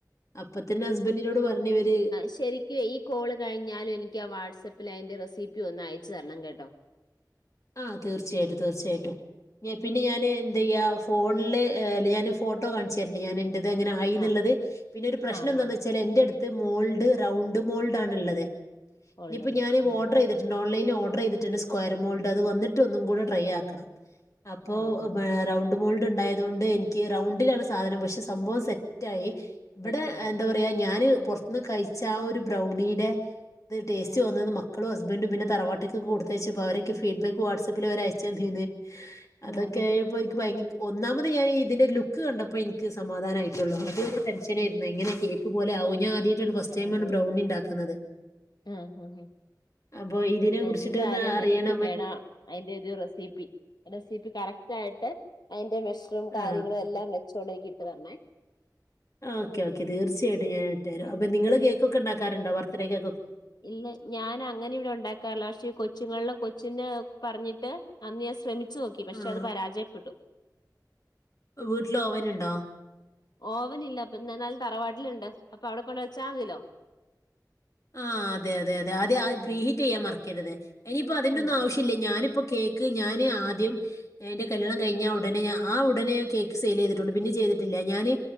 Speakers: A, on the left; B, on the left.
A: അപ്പൊ തന്നെ ഹസ്ബൻഡിനോട് പറഞ്ഞ് ഇവര്
B: ശരിക്കും ഈ കോള് കഴിഞ്ഞാലും എനിക്ക് ആ വാട്സആപ്പിൽ അതിന്റെ റെസിപ്പി ഒന്നയ ച്ച്തരണം കേട്ടോ
A: ആഹ് തീർച്ചയായിട്ടും തീർച്ചയായിട്ടും പിന്നെ ഞാന് എന്തി ചെയ്യ ഫോണില് ഞാൻ ഫോട്ടോ കാണിച്ചെരണ്ട് ഞാൻ ത് എങ്ങനെ ആയി എന്നുള്ളത്
B: ആഹ്
A: പിന്നെ ഒരു പ്രശ്നം
B: ആഹ്
A: എന്താന്ന്
B: ആഹ്
A: വെച്ചാൽ എന്റെ അട് ത് മോൾഡ് റൗണ്ട് മോൾഡ് ആണ്ള്ളത്
B: ഉള്ളത്
A: ഇനിയിപ്പോ ഞാന്
B: ഉം
A: ഓർഡർ ചെയ്തിട്ട്ണ്ട് ഓലൈൻ ഓഡ ർ ചെയ്തിട്ട്ണ്ട് സ്കൊയർ മോൾ അത് വന്നിട്ട് ഒന്നും കൂടെ ട്രൈ ആക്കണം അപ്പോ
B: ആഹ് ആഹ്
A: റൗണ്ട് മോൾഡ് ഉണ്ടായത് കൊണ്ട് എനിക്ക് റൗണ്ടിലാണ് സാധനം പക്ഷെ സംഭവം സെറ്റായി ഇവിടെ
B: സെറ്റായി
A: എന്താ പറയാ ഞാന് പൊറത്ത്ന്ന് കഴിച്ച ആ ഒരു ബ്രൗണിയുടെ ഇത് ടേസ്റ്റ്
B: ഉം
A: വന്നത് മക്ക ളും ഹസ്ബൻ്റും പിന്നെ തറവാട്ട്ക്ക് കൊടുത്തയച്ച പ്പോ അവരൊക്കെ ഫീ ഫീഡ്ബാക്ക് വാട്സആപ്പിൽ അവര് അയച്ച് തരേം ചെയ്ത് അതൊക്കെ
B: ആഹ്
A: ആയപ്പോ എനിക്ക് ഭയങ്ക ഒന്നാമത് ഞാൻ ഇതിന്റെ ലുക്ക് കണ്ടപ്പോ എനിക്ക് സമാധാനമായിട്ടുള്ളു അത് ടെൻഷനായിരുന്നു
B: ആഹ്
A: എങ്ങനൊക്കെയ ഇതുപേലെ ആവു ഫസ്റ്റ്ടൈമാണ്
B: ആകോ
A: ബ്രൗണി ഉണ്ടാക്കുന്നത്
B: ആഹ് ആഹ്
A: അപ്പൊ ഇതിനെ
B: ഇപ്പ
A: കുറിച്ചിട്ട്
B: എന്തായാലും
A: ഒന്ന് അറിയാൻ
B: എനിക്കും അതിന്റെ ഒരു റെസിപ്പീ റെസിപ്പീ കറക്റ്റ് ആയിട്ട് അതിന്റെ മെഷറൂം
A: ആ.
B: കാര്യങ്ങളും എല്ലാം വെച്ചോണ്ട്നിക്ക് തരണെ
A: ഓക്കെ ഓക്കെ തീർച്ചയായിട്ടും ഞാന് ഇട്ട്തരൂം
B: ആ
A: അപ്പൊ നിങ്ങള് കേൾ കുക്ക് ഉണ്ടാക്കാറുണ്ടോ ബർത്തേഡേക്ക്
B: ഇല്ല ഞാൻ അങ്ങനെ ഇവിടെ ഉണ്ടാക്കാറില്ല പക്ഷെ കൊച്ചുങ്ങളില കൊച്ചിന് പറഞ്ഞിട്ട് അന്ന്ഞാൻ ശ്രമിച്ച വച്ച് നോക്കി പക്ഷെ
A: ആ.
B: അത് പരാജയപ്പെട്ടു
A: വീട്ടില് ഓവൻ ഉണ്ടോ
B: ഓവനില്ല അപ്പൊ ഞങ്ങളടെ തറവാട്ടിലുണ്ട് അപ്പൊ അവിടെ കൊണ്ട് വച്ചാൽ മതിലോ
A: ആ അതെ അതെ അതെ അതെ
B: ഉം
A: പ്രീ ഹിറ്റ് ചെയ്യാൻ മറക്ക കരുത് ഇനിയിപ്പ അതിന്റെറ
B: ഉം
A: ഒന്ന് ആവശ്യില്ല ഞാനിപ്പോ കേക്ക് ഞാന് ആദ്യം എന്റെ കല്യാണം കഴിഞ്ഞ ഉടനെ ആ ഉടനെ കേക്ക് സെയിൽ ചെയ്തിട്ടുണ്ട് പിന്നെ ചെയ്തിട്ടില്ല ഞാന്